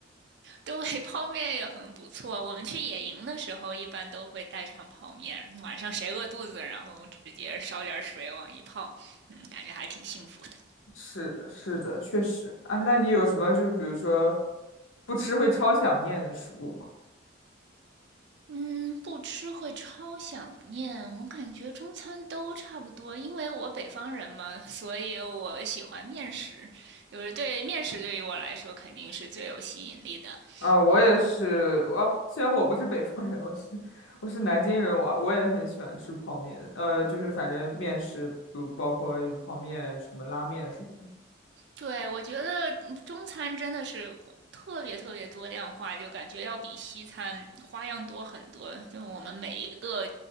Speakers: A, on the right; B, on the left.
A: 对，<laughs> 泡面也很不错。我们去野营的时候，一般都会带上泡面，晚上谁饿肚子，然后直接烧点水往一泡，嗯，感觉还挺幸福的。
B: 是的，是的，确实啊。那你有什么就比如说不吃会超想念的食物吗？
A: 嗯，不吃会超想念。我感觉中餐都差不多，因为我北方人嘛，<laughs> 所以我喜欢面食，就是对面食对于我来说肯定是最有吸引力的。
B: 啊，我也是，
A: 嗯，
B: 我虽然我不是北方人，我是我是南京人，我我也很喜欢吃泡面，呃，就是反正面食，比如包括就泡面、什么拉面什么的。
A: 对，我觉得嗯中餐真的是特别特别多样化，就感觉要比西餐花样多很多。就是我们每一个